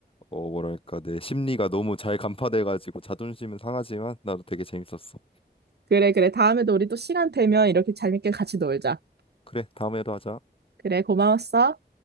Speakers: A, on the left; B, on the right.
A: 어 뭐랄까 내 심리가 너무 잘 간파돼 가지고 자존심은 상하지만 나도 되게 재밌었어.
B: 그래, 그래. 다음에도 우리 또 시간 되면 이렇게 재밌게 같이 놀자.
A: 그래 다음에도 하자.
B: 그래, 고마웠어.